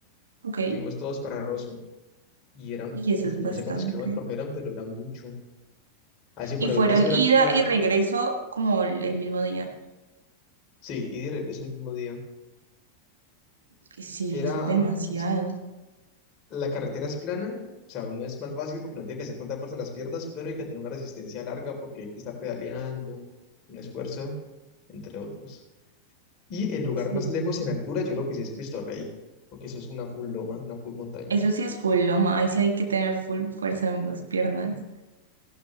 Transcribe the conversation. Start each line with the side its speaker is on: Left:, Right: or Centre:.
Right: Ok.
Left: y fuimos todos para Rosso. y eran,
Right: Y eso
Left: uf,
Right: es
Left: no
Right: bastante.
Left: sé cuántos kilómetros eran, pero era mucho. Así,
Right: Y
Left: pero
Right: fueron
Left: eso era
Right: ida
Left: pura,
Right: y regreso como el, el mismo día.
Left: sí, ida y de regreso el mismo día.
Right: Que Sí,
Left: Era,
Right: eso es demasiado.
Left: pues, la carretera es plana, o sea, uno es más fácil porque no tiene que hacer tanta fuerza en las piernas, pero hay que tener una resistencia larga porque hay que estar pedaleando, un esfuerzo, entre otros. Y el lugar
Right: Sí.
Left: más lejos en altura, yo creo que sí es Cristo Rey, porque eso es una full loma, una full montaña,
Right: Eso sí es full loma. Ahí sí hay que tener full fuerza en las piernas.